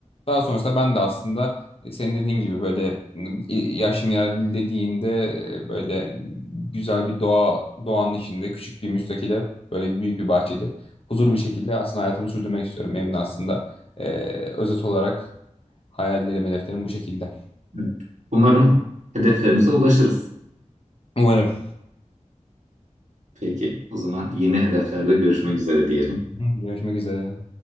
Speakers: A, on the left (about 50°); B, on the right (about 70°).
A: daha sonrasında ben de aslında e, senin dediğin gibi böyle m, i- yaşım ilerlediğinde e, böyle güzel bir doğa doğanın içinde küçük bir müstakile böyle büyük bir bahçeli huzurlu bir şekilde aslında hayatımı sürdürmek istiyorum. Benim de aslında e, özet olarak hayallerim, hedeflerim bu şekilde.
B: Evet. Umarım hedeflerimize ulaşırız.
A: Umarım.
B: Peki, o zaman yeni hedeflerde görüşmek üzere diyelim.
A: Hı, Görüşmek üzere.